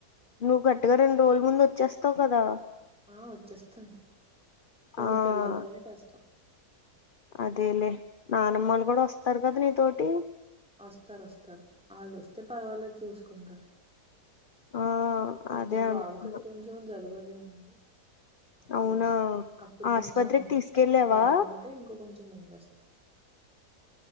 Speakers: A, on the left; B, in the centre.
A: నువ్వు కరెక్ట్ గా రెండు రోజుల ముందు వచ్చేస్తావు కదా
B: ఆ వచ్చేస్తంది కొంచెం
A: ఆ
B: పిల్లలతోనే కష్టం
A: అదేలే నానమ్మలు కూడా వస్తారు కదా నీతోటి
B: వస్తారు వస్తారు వాళ్ళు వస్తే పర్వాలేదు చూసుకుంటారు
A: ఆ
B: కొంచెం
A: అదే అంటున్నా
B: బాబుకి కొంచెం జలుబు ఉంది అదే
A: అవునా
B: చూస్తాం అప్పుడు
A: ఆస్పత్రికి
B: కొంచెం
A: తీసుకెళ్ళావా
B: బాగుంటే ఇంక కొంచెం ముందొస్తాం